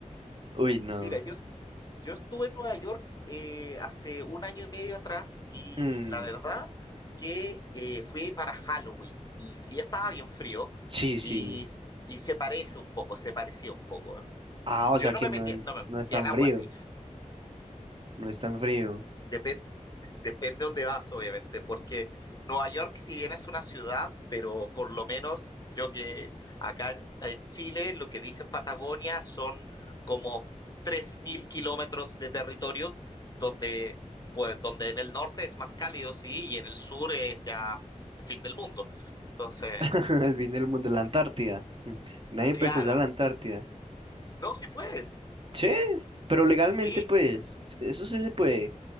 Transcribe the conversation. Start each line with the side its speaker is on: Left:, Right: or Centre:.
Right: Uy, no.
Left: Mira, yo, s- yo estuve en Nueva York eh, hace un año y medio atrás y
Right: Hmm,
Left: la verdad que eh, fui para Halloween y sí estaba bien frío
Right: sí, sí.
Left: y, y se parece un poco, se parecía un poco. ¿eh?
Right: Ah,
Left: Yo
Right: o sea
Left: no
Right: que
Left: me
Right: no,
Left: metía,
Right: es-
Left: no me
Right: no es
Left: metía
Right: tan
Left: al agua,
Right: frío.
Left: sí,
Right: No es tan frío.
Left: Depende, depende dónde vas, obviamente, porque Nueva York, si bien es una ciudad, pero por lo menos yo que acá en en Chile, lo que dicen Patagonia son como 3.000 kilómetros de territorio, donde, pues, donde en el norte es más cálido, sí, y en el sur es ya el fin del mundo. Entonces,
Right: <laughs> El fin del mundo, la Antártida. <laughs> Nadie
Left: claro,
Right: puede cruzar la Antártida.
Left: no, si puedes,
Right: Sí, pero legalmente,
Left: sí.
Right: pues, eso sí se puede.